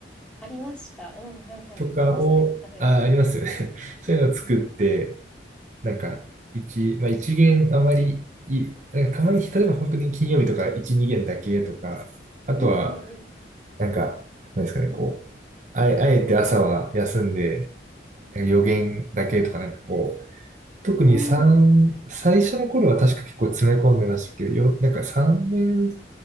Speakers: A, in the centre; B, on the right.
A: ありました。うん、はいはい。
B: とかを、
A: 言ってましたね、そんな風に。
B: あ、ありますよね。<laughs> そういうのを作って、
A: うん、
B: なんか、一、まあ一限あまりい、なんかたまに、例えば本当に金曜日とか一、二限だけとか、あとは、
A: うんうんうん。
B: なんか、なんですかね、こう、あえ、あえて朝は休んで、なんか予言だけとか、
A: うん。
B: なんかこう、特に三最初の頃は確か結構詰め込んでましたけど、
A: うん。
B: よ、なんか3年